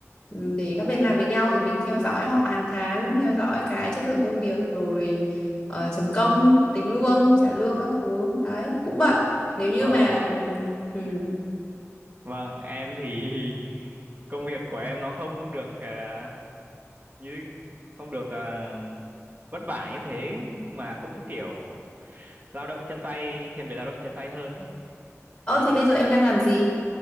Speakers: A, on the left (about 15°); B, on the right (about 35°).
A: ừm, để các bên làm với nhau rồi mình theo dõi họ hàng tháng theo dõi cái chất lượng công việc rồi ờ, chấm công tính lương trả lương các thứ đấy cũng bận nếu như
B: Vâng,
A: mà ừ, ừ,
B: vâng, em thì <laughs> công việc của em nó không được à, như không được à, vất vả như thế mà cũng kiểu lao động chân tay, thiên về lao động chân tay hơn ấy.
A: Ơ
B: Thì
A: thế bây giờ em đang làm gì?